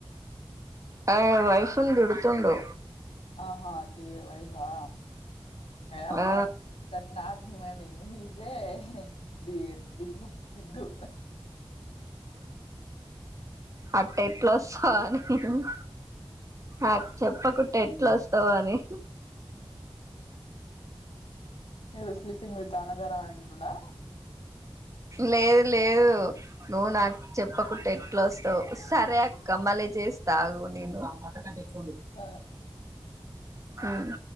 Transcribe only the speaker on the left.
ఆహా అ వైఫా అహా
తట్ నాట్ హి మైస్ బి బిగ్ పిగ్గు
ఏ స్లి తింగడు తన్నదర అంటుడా
సరే